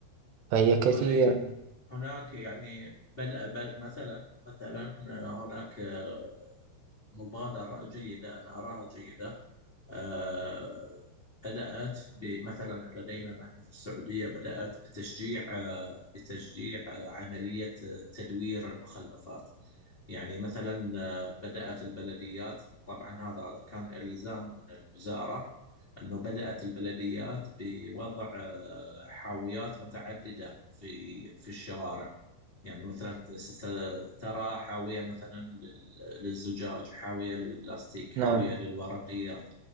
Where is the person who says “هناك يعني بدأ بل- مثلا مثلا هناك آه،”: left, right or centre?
Left